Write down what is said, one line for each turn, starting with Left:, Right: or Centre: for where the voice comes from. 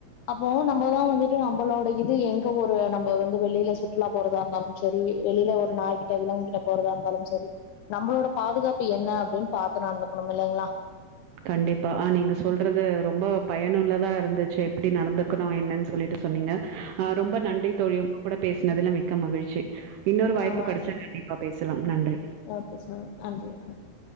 Left: அப்போ நம்மதா வந்துட்டு நம்மளோட இது எங்க ஒரு நம்ம வந்து வெளில சுற்றுலா போறதா இருந்தாலும் சரி வெளில ஒரு நாய்கிட்ட விலங்குகிட்ட போறதா இருந்தாலும் சரி நம்மளோட பாதுகாப்பு என்ன அப்டின்னு பாத்து நடந்துக்கணும் இல்லைங்களா
Right: கண்டிப்பா நீங்க சொல்றது ரொம்ப பயனுள்ளதா இருந்துச்சு எப்டி நடந்துக்கணு என்னன்னு சொல்லிட்டு சொன்னீங்க ஆ ரொம்ப நன்றி தோழி உங்க கூட பேசினதுல மிக்க மகிழ்ச்சி இன்னொரு வாய்ப்பு
Left: ஆமா
Right: கிடைச்சா கண்டிப்பா பேசலா நன்றி
Left: <unintelligible>